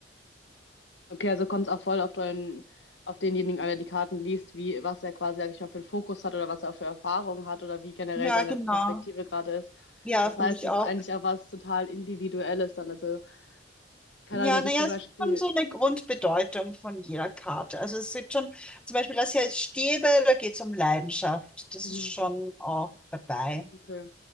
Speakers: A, on the left (about 70°); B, in the centre.
A: Okay, also kommt es auch voll auf den, auf denjenigen, an, der die Karten liest, wie, was er quasi, sag ich mal, für einen Fokus hat oder was er für Erfahrungen hat oder wie generell
B: Ja,
A: seine
B: genau.
A: Perspektive gerade ist.
B: Ja,
A: Das
B: finde
A: heißt,
B: ich
A: es
B: auch.
A: ist eigentlich auch was total Individuelles dann. Also, keine
B: Ja,
A: Ahnung, wenn ich
B: naja,
A: jetzt zum Beispiel.
B: es ist schon so eine Grundbedeutung von jeder Karte. Also es sind schon, zum Beispiel das hier ist Stäbe, da geht es um Leidenschaft. Das
A: Mhm.
B: ist schon auch dabei.
A: Okay,